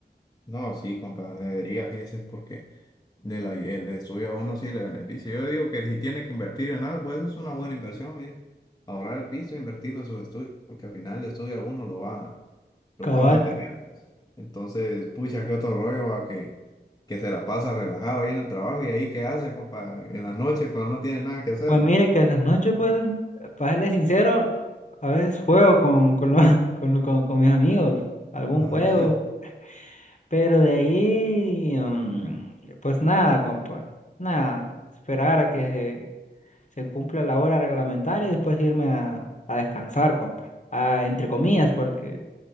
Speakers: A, on the left (about 20°); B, on the left (about 45°).
A: No, sí, compa, debería, fíjese, porque de la, el estudio a uno sí le beneficia. Yo digo que si tiene que invertir en algo, eso es una buena inversión, mire. Ahorrar el piso e invertirlo en sus estudios, porque al final el estudio a uno lo va, lo
B: cabal.
A: va a mantener. pues. Entonces, pucha, qué otro rollo a que, que se la pasa relajado ahí en el trabajo y ahí qué hace, compa, en la noche cuando no tiene nada que hacer.
B: Pues mire que en las noches, pues, para serle sincero, a veces juego con, con, los- <laughs> con, con- con mis amigos, algún
A: Ajá.
B: juego,
A: <laughs>
B: pero de ahí, mm, pues nada, compa, nada, esperar a que se cumpla la hora reglamentaria y después irme a, a descansar, compa, a, entre comillas, porque